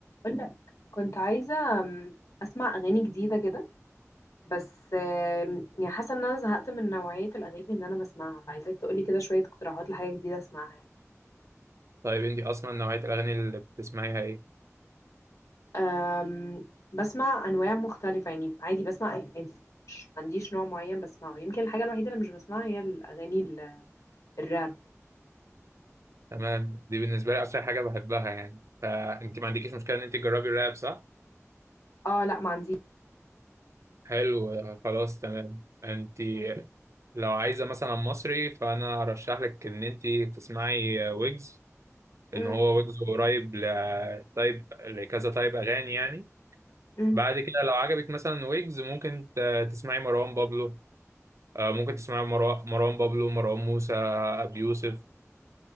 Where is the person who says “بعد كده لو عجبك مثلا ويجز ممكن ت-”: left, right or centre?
Right